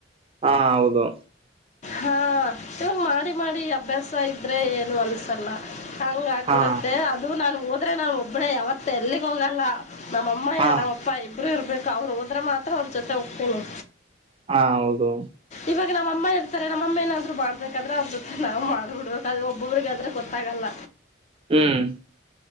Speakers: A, on the right; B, on the left.
A: ಹಾ ಹೌದು
B: ಹಾ ಇವಾಗ ಮಾಡಿ ಮಾಡಿ ಅಭ್ಯಾಸ ಇದ್ರೆ ಏನು ಅನ್ಸಲ್ಲ ಹಾಗ ಆಗ್ಬಿಡುತ್ತೆ
A: ಹಾ
B: ಅದು ನಾನು ಹೋದ್ರೆ ನಾನು ಒಬ್ಬಳೆ ಯಾವತ್ತ ಎಲ್ಲಿಗೆ ಹೋಗಲ್ಲ ನಮ್ಮ ಅಮ್ಮ
A: ಹಾ
B: ನಮ್ಮಪ್ಪ ಇಬರುೂ ಇರ್ಬೇಕು ಅವ್ರು ಹೋದ್ರೆ ಮಾತ್ರ ಅವ್ರ ಜೊತೆ ಹೋಗ್ತೇನಿ
A: ಹಾ ಹೌದು
B: ಇವಾಗ ನಮ್ಮ ಇರ್ತಾರೆ ನಮ್ಮ ಏನಾದ್ರು ಮಾಡಬೇಕಾದ್ರೆ ಅವ್ರ ಜೊತೆ ನಾವು ಮಾಡ್ಬಿಡ್ಬೇಕ ಅದು ಒಬ್ಬೊಬ್ರಿಗೆ ಆದದ್ರ ಗೊತ್ತಾಗಲ್ಲ
A: ಹ್ಮ್